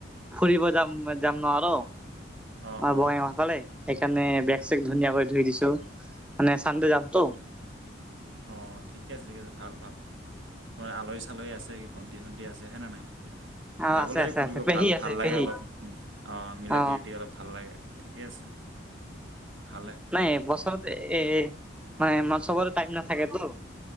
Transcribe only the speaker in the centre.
ফুৰিব যাম যাম ন আৰু
অ,
বঙাইগাঁও ফালে। সেইকাৰণে বেক চেক ধুনীয়া কৰি ধুই দিছো মানে চান্দে যামটো।
অ
আছে আছে
আছে পেহী
আছে
পেহী
অ
নাই। বছৰতৰত এ মানে মঞ্চবৰ টাইম নাথাকেতো।